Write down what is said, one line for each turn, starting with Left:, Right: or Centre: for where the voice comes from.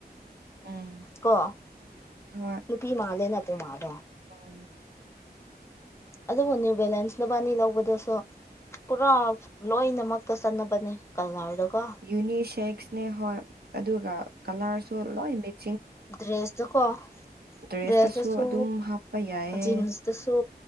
Right: ꯎꯝ
Left: ꯀꯣ
Right: ꯍꯣꯏ
Left: ꯅꯨꯄꯤ ꯃꯥꯜꯂꯦꯅ‌ꯦ ꯄꯨꯃꯥꯗꫭ
Right: ꯑꯝ
Left: ꯑꯗꯨꯕꯨꯅ‌ꯦ ꯕꯦꯂꯦꯟꯁ ꯅꯕꯥꯅꯤ ꯂꯧꯕꯗꯁꯨ ꯄꯨꯔꯥ ꯂꯣꯏꯅꯃꯛꯇ ꯆꯠꯅꯕꯅꯦ ꯀꯜꯂꯔꯗꫭꯀꯣ
Right: ꯌꯨꯅꯤ ꯁꯦꯛꯁꯅꯦ ꯍꯣꯏ ꯑꯗꯨꯒ ꯀꯂꯔꯁꯨ ꯂꯣꯏ ꯃꯤꯛ
Left: ꯗ꯭ꯔꯦꯁꯇꯨ ꯀꯣ
Right: ꯗ꯭ꯔꯦꯁꯇꯁꯨ
Left: ꯗ꯭ꯔꯦꯇꯨꯁꯨ
Right: ꯑꯗꯨꯝ ꯍꯥꯞꯄ ꯌꯥꯏꯌꯦ
Left: ꯖꯤꯟꯁꯇꯨꯁꯨ